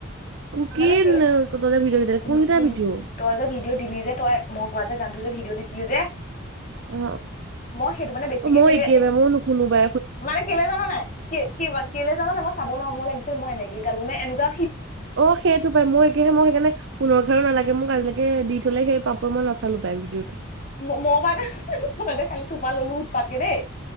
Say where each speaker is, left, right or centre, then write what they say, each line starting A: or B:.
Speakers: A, on the right (about 65°); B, on the left (about 40°).
A: কুকিন
B: মানে কেলে
A: ভিডিঅ কেইটা কোন
B: নুশুন
A: কেইটা ভিডিঅ
B: তই যে ভিডিঅ' দিলি যে তই মই গোৱা যে গানটো যে ভিডিঅ' দিছিলি যে
A: অ
B: মই সেইটো মানে বেছিকে
A: অ মই
B: কেলে
A: একেবাৰে মই নুশুনো বা
B: মানে কেলে জান নাই কে কি লা কেলে জান নাই মই চাব নোৱাৰো মোৰ লাগিছে মই এনে কি গালো নে এনুকা
A: অ সেইটো পাই মই একেহে মই সেইকাৰণে মোকহে নালাগে মোক আজিলেকে দি থ'লে সেই পাপু মই নচালোঁ পায় ভিডিঅ'টো
B: ম মই পা তোমা যে খালো তোপা ললো উৎপাতকে দেই